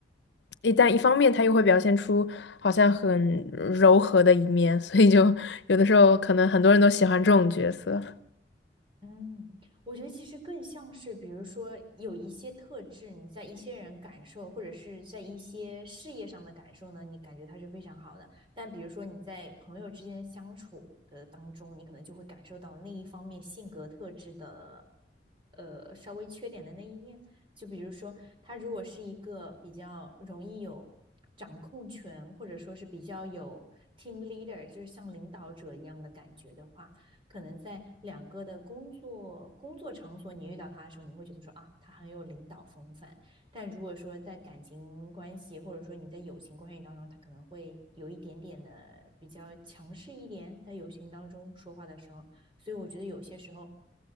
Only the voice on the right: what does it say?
嗯，我觉得其实更像是，比如说有一些特质，你在一些人感受，或者是在一些事业上的感受呢，你感觉它是非常好的。但比如说你在朋友之间相处的当中，你可能就会感受到那一方面性格特质的，呃，稍微缺点的那一面。就比如说，他如果是一个比较容易有掌控权，或者说是比较有 team leader，就是像领导者一样的感觉的话。可能在两个的工作工作场所，你遇到他的时候，你会觉得说啊，他很有领导风范。但如果说在感情关系，或者说你在友情关系当中，他可能会有一点点的比较强势一点，在友情当中说话的时候，所以我觉得有些时候。